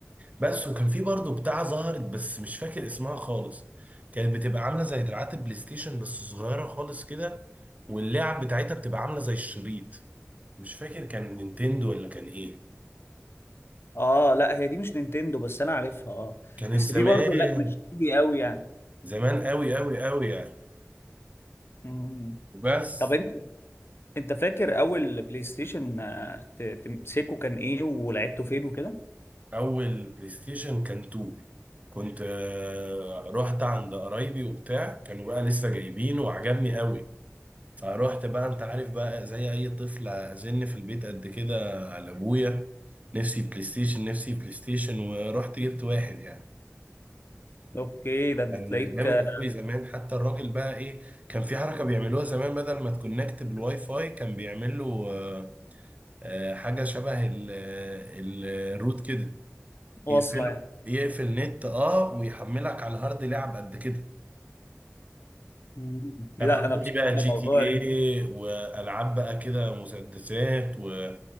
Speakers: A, on the right; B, on the left.
A: بس وكان في برضه بتاع ظهرت بس مش فاكر اسمها خالص كانت بتبقى عامله زي دراعات البلاي ستيشن بس صغيره خالص كده واللعب بتاعتها بتبقى عامله زي الشريط مش فاكر كان نينتندو ولا كان ايه
B: اه لا هي دي مش نينتندو بس انا عارفها اه
A: كانت
B: بس
A: زمان
B: دي برضه لا مش ايدي قوي يعني
A: زمان قوي قوي قوي يعني
B: مم.
A: بس
B: طب انت انت فاكر اول بلاي ستيشن آه، ت- تمسكه كان ايه ولعبته فين وكده
A: اول بلاي ستيشن كان 2 كنت آه، رحت عند قرايبي وبتاع كانوا بقى لسه جايبينه وعجبني قوي فروحت بقى انت عارف بقى زي اي طفل ازن في البيت قد كده على ابويا نفسي بلاي ستيشن نفسي بلاي ستيشن ورحت جبت واحد يعني
B: اوكي ده انت
A: كان
B: تلاقيك
A: جامد
B: آه،
A: قوي زمان حتى الراجل بقى ايه كان في حركه بيعملوها زمان بدل ما تكونكت بالواي فاي كان بيعمل له آه، آه، حاجه شبه ال- ال- الروت كده
B: واصله
A: يقفله
B: يعني
A: يقفل نت اه ويحملك على الهارد لعب قد كده
B: مم. لا
A: كان حاطط
B: انا بصراحه
A: لي بقى جي
B: موضوع
A: تي ايه
B: ال...
A: والعاب بقى كده مسدسات و...